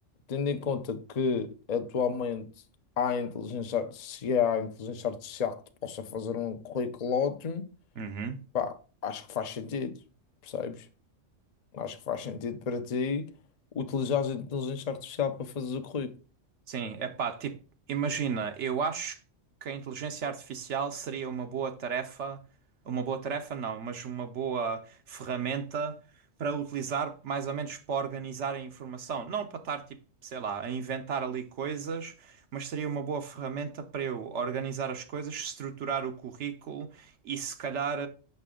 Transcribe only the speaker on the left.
Tendo em conta que atualmente há inteligência, ar- se há inteligência artificial que te possa fazer um currículo ótimo,
pá, acho que faz sentido, percebes? Acho que faz sentido para ti utilizar a inteligência artificial para fazer o currículo.